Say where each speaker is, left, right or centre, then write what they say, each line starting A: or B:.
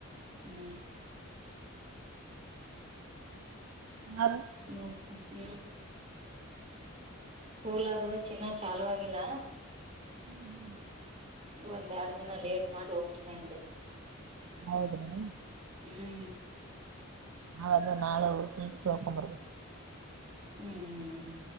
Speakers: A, on the right; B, on the right.
A: ಹೂ
B: ಅಲಾ
A: ಮ್ಮ್ತ ಹೂ ಕೂಲ್ ಅದು ಚಿನ್ನ ಚಲುವಾಗಿಲ್ಲ
B: ಹೂ ಹೂ
A: ಒಂದ್ ಎರಡ್ ದಿನ ಲೇಟ್ ಮಾಡಿ ಹೊಕ್ಕಿವಿ ಅಂದೆ
B: ಹೋದ್ರೇನೇನು
A: ಹೂ
B: ಹೌದು ನಾಳೆ ಹೋಗಿ ಕೇಳ್ಕೊಂಡು ಬರ್ಬೇಕು
A: ಹೂ ಹೂ